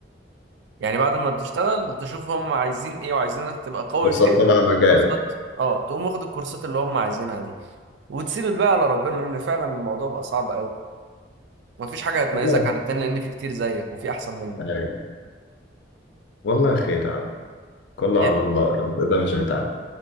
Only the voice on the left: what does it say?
فرصات
تبع
مجالك
والله
يعني والله خير عاد. كله
على الله الرزق ده مش
بتاعنا